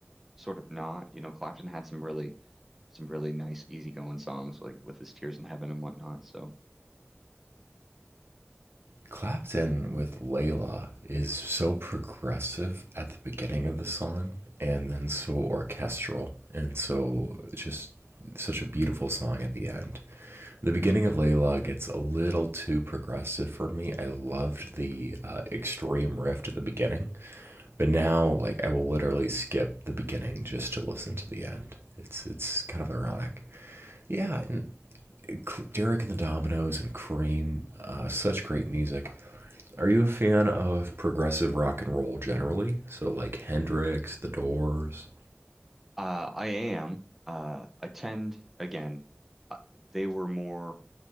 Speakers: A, in the centre; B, on the right.
A: sort of not. You know, Clapton had some really some really nice easygoing songs like with his Tears in Heaven and whatnot. So
B: Clapton with Layla is so progressive at the beginning of the song and then so orchestral and so just such a beautiful song at the end. The beginning of Layla gets a little too progressive for me. I loved the uh, extreme riff at the beginning, but now like I will literally skip the beginning just to listen to the end. It's it's kind of ironic. Yeah, and Derek and the Dominoes and Cream, uh, such great music. Are you a fan of progressive rock and roll generally? So like Hendrix, The Doors.
A: uh I am uh attend again. uh, They were more